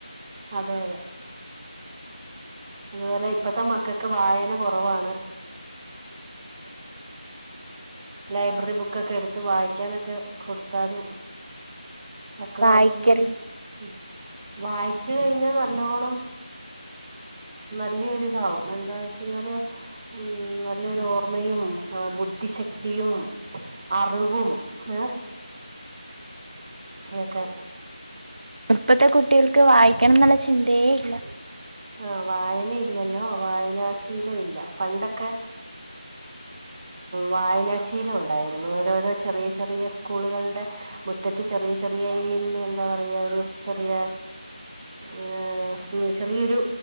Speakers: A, on the right (about 15°); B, on the right (about 75°).
A: അതെ അതെ അതുപോലെ ഇപ്പത്തെ മക്കൾക്ക് വായന കുറവാണ് ലൈബ്രറി ബുക്കൊക്കെ എടുത്ത് വായിക്കാനൊക്കെ കൊടുത്താലും മക്കള്
B: വായിക്കറി
A: കുറച്ച <unintelligible> വായിച്ച് കഴിഞ്ഞ നല്ലോണം നല്ലൊരിതാവും എന്താന്ന് വെച്ച കഴിഞ്ഞാല് ഉം നല്ലരു ഓർമ്മയും ബുദ്ധിശക്തി ശക്തിയും അറിവും ഏഹ് അങ്ങൊക്കെ
B: ഇപ്പത്തെ കുട്ടികൾക്ക് വായിക്കണം എന്നുള്ള ചിന്തയേ ഇല്ല
A: ആ വായനയില്ലല്ലോ വായനാശീലം ഇല്ല പണ്ടൊക്കെ വായനാശീലം ഉണ്ടായിരുന്നു ഓരോരോ ചെറിയ ചെറിയ സ്കൂളുകളുടെ മുറ്റത്ത് ചെറിയ ചെറിയ ഈ എന്താ പറയാ ഒരു ചെറിയ <unintelligible> ചെിയൊരു